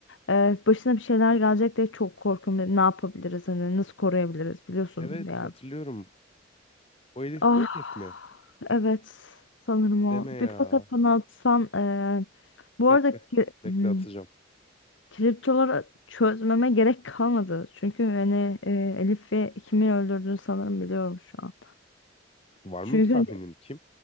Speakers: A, on the left; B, on the left.
A: E, başına bir şeyler gelecek diye çok korkuyorum dedim. Ne yapabiliriz hani nasıl koruyabiliriz biliyorsun
B: Evet
A: ya.
B: hatırlıyorum. O Elif
A: Ah
B: bu Elif mi?
A: evet sanırım o.
B: Deme
A: Bir
B: ya.
A: fotoğrafını atsan e, bu
B: Bekle.
A: arada ki-
B: Bekle
A: hmm,
B: atacağım.
A: Kriptoları çözmeme gerek kalmadı. Çünkü hani e, Elif ve kimi öldürdüğünü sanırım biliyorum şu an.
B: Var mı
A: Çünkü
B: bir tahminin
A: hani,
B: kim?